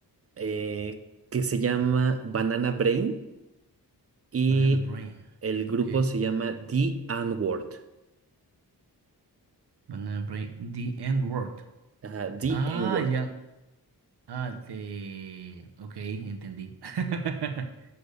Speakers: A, on the right; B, on the right.
A: eh, que se llama Banana Brain. y
B: Banana Brain.
A: el grupo
B: Ok,
A: se llama The N-Word.
B: Banana Brain. The End Word.
A: Ajá, The
B: Ah,
A: N-Word.
B: ya. Ah, te... Ok, entendí. <laughs>